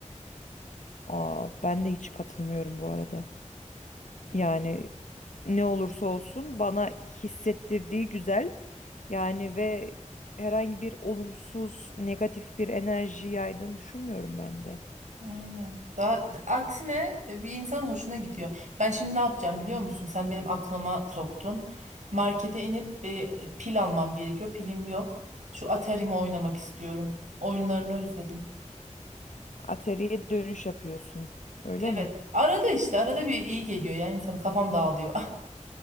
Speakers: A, on the left (about 75°); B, on the right (about 70°).
A: Aa ben de hiç katılmıyorum bu arada. Yani ne olursa olsun bana hissettirdiği güzel. Yani ve herhangi bir olumsuz, negatif bir enerji yaydığını düşünmüyorum ben de.
B: Aynen. Daha aksine e, bir insanın hoşuna gidiyor. Ben şimdi ne yapacağım biliyor musun? Sen benim aklıma soktun. Markete inip bir pil almam gerekiyor. Pilim yok. Şu Atari'mi oynamak istiyorum. Oyunlarını özledim.
A: Ateliye dönüş yapıyorsun. Öyle
B: Evet.
A: mi?
B: Arada işte arada bir iyi geliyor ya insanı kafam dağılıyor.